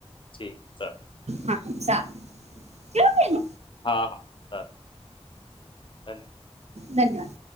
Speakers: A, on the left (about 50°); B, on the right (about 80°).
A: ठीक आहे चा.
B: हा जा केव कायन.
A: हां. हां धन्यवाद
B: धन्यवाद!